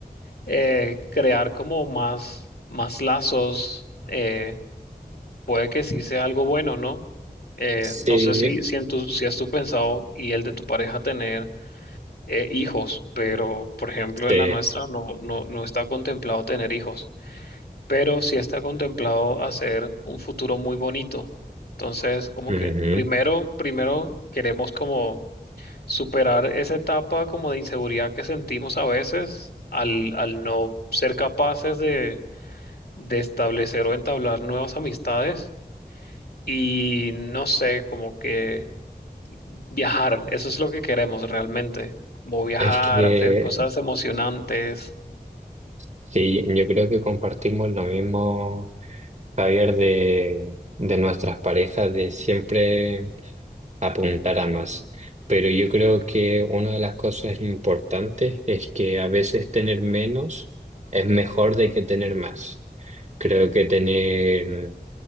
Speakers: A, on the left; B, on the right.
A: eh, crear como más, más lazos, eh, puede que sí sea algo bueno, ¿no? Eh,
B: sí,
A: no sé si, si, en tu, si has tú pensado y el de tu pareja tener eh, hijos, pero por ejemplo
B: sí,
A: en la nuestra no, no, no está contemplado tener hijos, pero sí está contemplado hacer un futuro muy bonito. Entonces, como
B: ujú.
A: que primero, primero queremos como superar esa etapa como de inseguridad que sentimos a veces al, al no ser capaces de, de establecer o entablar nuevas amistades y no sé, como que viajar, eso es lo que queremos realmente, como viajar,
B: Es que
A: hacer cosas emocionantes.
B: sí, yo creo que compartimos lo mismo, Javier, de, de nuestras parejas, de siempre. apuntar a más. Pero yo creo que una de las cosas importantes es que a veces tener menos es mejor de que tener más. Creo que tener